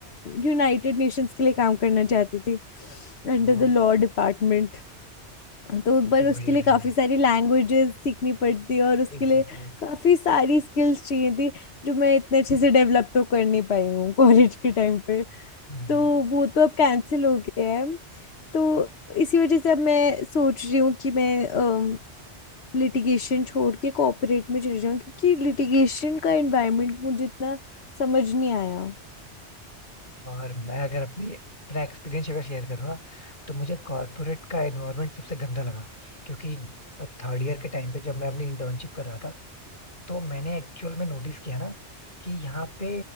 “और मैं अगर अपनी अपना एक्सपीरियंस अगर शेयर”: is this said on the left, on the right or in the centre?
Left